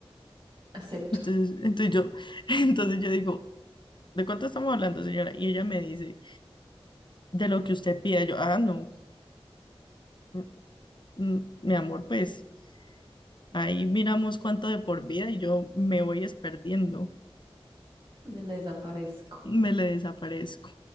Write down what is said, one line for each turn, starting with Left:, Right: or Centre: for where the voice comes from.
Right: Acepto,
Left: Entonces, entonces yo, <laughs> entonces yo digo, ¿de cuánto estamos hablando, señora? Y ella me dice, de lo que usted pida. Yo, ah, no, mm, mm, mi amor, pues ahí miramos cuánto de por vida y yo me voy es perdiendo.
Right: me la desaparezco.
Left: me le desaparezco,